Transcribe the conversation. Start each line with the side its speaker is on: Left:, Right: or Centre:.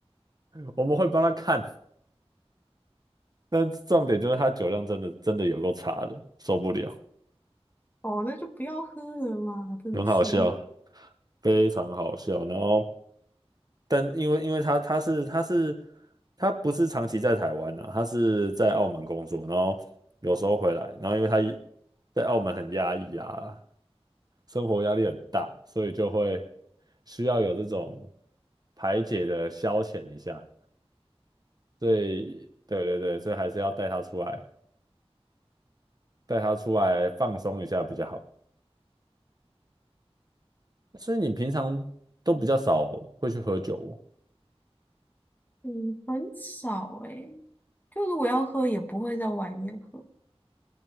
Right: <laughs> 我们会帮他看。但重点就是他酒量真的真的有够差的，受不了，
Left: <laughs> 哦，那就不要喝了嘛，真的是，
Right: 很好笑，非常好笑。然后，但因为因为他他是他是他不是长期在台湾啊，他是在澳门工作，然后有时候回来，然后因为他在澳门很压抑啊，生活压力很大，所以就会需要有这种排解的消遣一下。对对对对，所以还是要带他出来，带他出来放松一下比较好。所以你平常都比较少会去喝酒
Left: 嗯，很少诶，就如果要喝，也不会在外面喝，